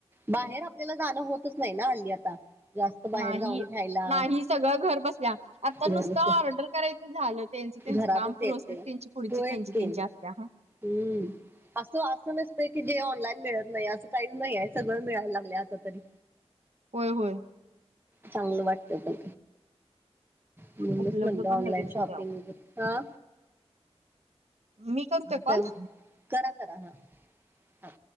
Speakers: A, on the right; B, on the right.
A: बाहेर आपल्याला जाणं होतच नाही ना हल्ली आता. जास्त बाहेर
B: नाही
A: जाऊन घ्यायला
B: नाही सगळं घर बसल्या आता
A: घर
B: नुसत
A: बसल्या
B: ऑर्डर करायच. झालं तेंच तेचं
A: घरातच
B: काम प्रोसेस
A: येते
B: त्याची पुढची
A: होयच
B: तेची
A: की
B: तेची असतीया.
A: हम्म असं असं नसतय की जे ऑनलाईन मिळत नाही. असं काही- नाहीये सगळं मिळायला लागले आता तरी.
B: होय होय
A: चांगलं वाटतय पण. म्हणूनच
B: उपलब्ध
A: म्हटल ऑनलाईन
B: पण लगेच
A: शॉपिंग
B: होत्या
A: वगैरे ह
B: मी करू का कॉल.
A: काय करा करा हा हा.